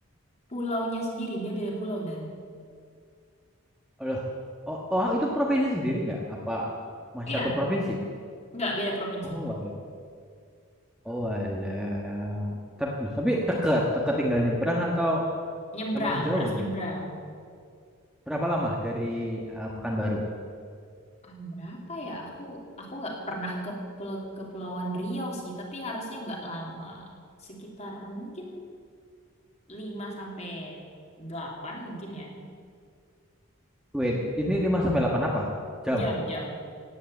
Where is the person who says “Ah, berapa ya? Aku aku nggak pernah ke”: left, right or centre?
Left